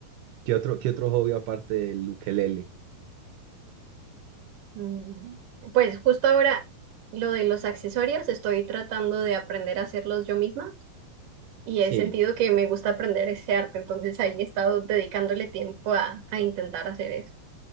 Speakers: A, on the right; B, on the right.
A: qué otro, qué otro hobby aparte del ukelele?
B: Mm, Pues justo ahora lo de los accesorios, estoy tratando de aprender a hacerlos yo misma y
A: Sí.
B: he sentido que me gusta aprender ese arte, entonces ahí he estado dedicándole tiempo a, a intentar hacer eso.